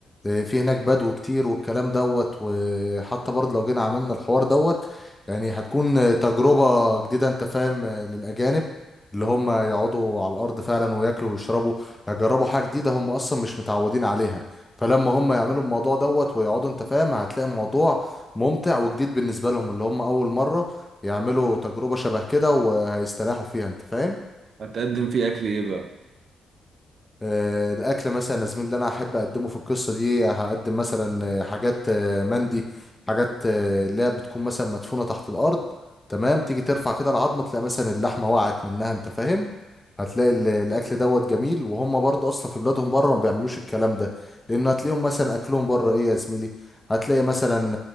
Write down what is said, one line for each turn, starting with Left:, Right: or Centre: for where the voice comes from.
Left: اه، في هناك بدو كتير والكلام دوت وحتى برضه لو جينا عملنا الحوار دوت يعني هتكون اه، تجربة جديدة انت فاهم اه، للأجانب اللي هم يقعدوا على الأرض فعلا وياكلوا ويشربوا هيجربوا حاجة جديدة هم أصلا مش متعودين عليها فلما هم يعملوا الموضوع دوت ويقعدوا انت فاهم هتلاقي الموضوع ممتع وجديد بالنسبة لهم اللي هم أول مرة يعملوا تجربة شبه كده وهيستريحوا فيها انت فاهم
Right: هتقدم فيه أكل إيه بقى؟
Left: آه، الاكل مثلا يا زميلي اللي انا احب اقدمه في القصه دي هقدم مثلا آه، حاجات آه، مندي حاجات آه، اللي هي بتكون مثلا مدفونه تحت الارض تمام تيجي ترفع كده العظمه تلاقي مثلا اللحمه وقعت منها انت فاهم هتلاقي ال- الاكل دوت جميل وهم برضه اصلا في بلادهم بره ما بيعملوش الكلام ده لان هتلاقيهم مثلا اكلهم بره ايه يا زميلي هتلاقي مثلا